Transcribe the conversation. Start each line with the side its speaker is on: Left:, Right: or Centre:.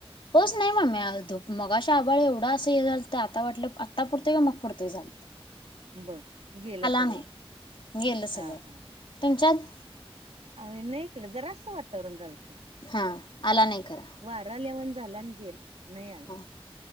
Left: पाऊस नाइ ममे ध मगाशी आभाळ एवढं असं हे झालंत आता वाटलं आता पडतोय का? मग पडतोय? झालं.
Right: बघ गेलं सगळं
Left: नाही गेलं
Right: हा
Left: सगळं
Right: हा.
Left: तुमच्यात?
Right: आ नाही इकड जरासं वातावरण झालतं.
Left: हा आला नाही खरा.
Right: वारा आल्यावाणी झाल आणि गेल नाही आलं.
Left: हा